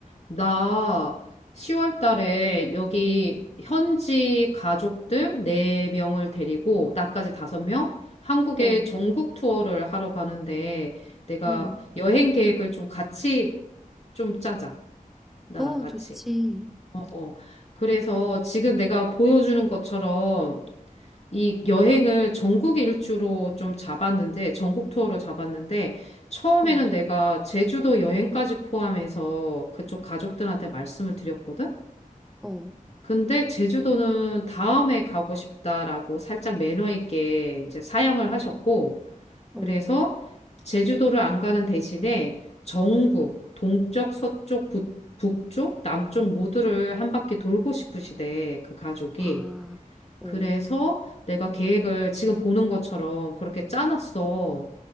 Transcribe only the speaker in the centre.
어,
음,
어,
좋지.
어,
어,
어,
와, 어,